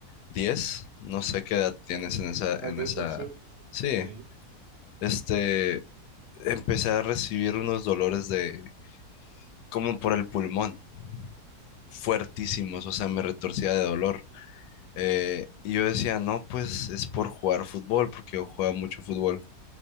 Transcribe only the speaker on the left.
diez, no sé qué edad tienes en esa,
en
esa,
sí,
este, empecé a recibir unos dolores de, como por el pulmón, fuertísimos, o sea, me retorcía de dolor. Eh, y yo decía, no, pues es por jugar fútbol, porque yo jugaba mucho fútbol,